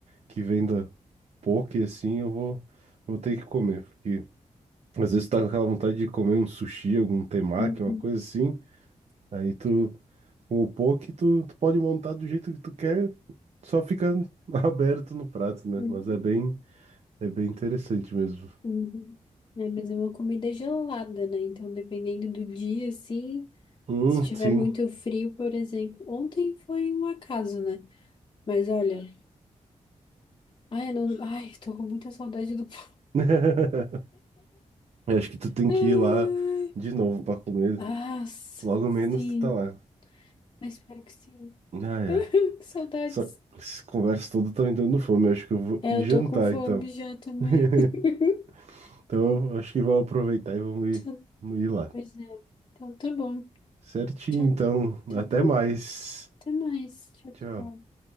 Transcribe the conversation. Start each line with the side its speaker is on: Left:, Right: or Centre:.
Right: que venda poke assim, eu vou, vou ter que comer. Porque às vezes tá com aquela vontade de comer um sushi, algum temaki,
Left: Uhum,
Right: uma coisa assim. Aí tu, com o poke, tu, tu pode montar do jeito que tu quer, só fica <laughs> aberto no prato, né?
Left: uhum,
Right: Mas é bem, é bem interessante mesmo.
Left: uhum. É, mas é uma comida gelada, né? Então, dependendo do dia, assim,
Right: Hum,
Left: se tiver
Right: sim.
Left: muito frio, por exemplo. Ontem foi um acaso, né? Mas olha, ai, eu não, ai, tô com muita saudade do. <laughs>
Right: <laughs> Eu acho que tu tem
Left: Ai,
Right: que ir lá
Left: ai.
Right: de novo pra comer.
Left: Ah, s-
Right: Logo
Left: sim,
Right: menos tu tá lá.
Left: mas espero que sim.
Right: Ah,
Left: <laughs>
Right: é.
Left: Que saudades.
Right: Essa essa conversa toda tá me dando fome. Acho que eu vou
Left: É,
Right: ir
Left: eu
Right: jantar,
Left: tô com fome
Right: então.
Left: já também.
Right: <laughs>
Left: <laughs>
Right: Então, acho que vamos aproveitar e vamos ir,
Left: Então,
Right: vamos ir lá.
Left: Pois é. Então tá bom.
Right: Certinho,
Left: Tá,
Right: então.
Left: tá
Right: Até
Left: bom?
Right: mais.
Left: Até mais. Tchau, tchau.
Right: Tchau.